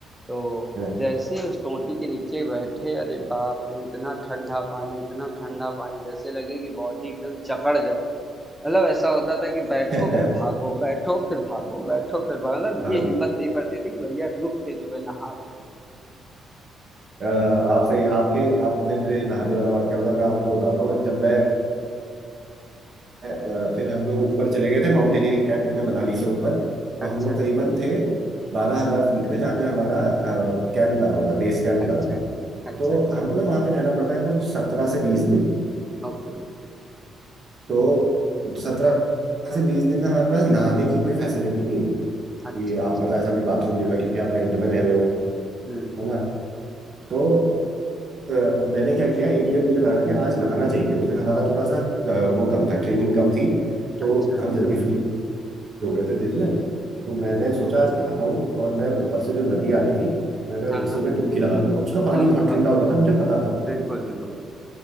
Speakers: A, in the centre; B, on the right.
A: तो
B: हाँ
A: जैसे ही उस टोंटी के नीचे बैठे अरे बाप रे इतना ठंडा पानी इतना ठंडा पानी जैसे लगे कि बॉडी एकदम जकड़ जाए मतलब ऐसा होता था कि बैठो
B: <laughs>
A: फिर भागो बैठो फिर भागो बैठो फिर भागो मतलब
B: हाँ,
A: ये हिम्मत नहीं पड़ती थी कि भैया रुक के जो है नहा
B: अ, आपसे आपके आपने मुझे नहाने वाला वाक्य बताया मैं आपको बताता हूँ जब मैं अ, फिर हम लोग ऊपर चले गए थे माउंटेनियरिंग कैंप में मनाली से ऊपर तो
A: लें।
B: हम
A: अच्छा
B: लोग
A: अच्छा
B: करीबन थे बारह हजार फीट पे जहाँ पे हमारा कैंप लगा हुआ था बेस कैंप
A: अच्छा
B: लगा था
A: अच्छा
B: तो
A: अच्छा
B: हमको ना वहाँ पे रहना पड़ता है कुछ सत्रह से बीस दिन
A: ओके
B: तो सत्रह से बीस दिन में हमारे पास नहाने की कोई फैसिलिटी नहीं होती
A: अच्छा
B: कि
A: अच्छा
B: आप मतलब ऐसा कोई बाथरूम नहीं होता क्योंकि आप टेंट में रह रहे हो
A: हम्म
B: है ना तो अ, मैंने क्या किया एक दिन मुझे लगा कि आज नहाना चाहिए उस दिन हमारा थोड़ा सा अ, वो कम था ट्रेनिंग कम थी तो
A: अच्छा अच्छा
B: हम जल्दी फ्री हो गए थे दिन में तो
A: हम्म
B: मैंने सोचा आज नहाता हूँ और मैं ऊपर से जो नदी आ रही थी मैंने
A: हाँ
B: इसी
A: हाँ
B: में डुबकी लगा लूंगा उसका पानी
A: अरे
B: बहुत
A: बाप
B: ठंडा होता
A: रे
B: था मुझे पता था
A: बिल्कुल बिल्कुल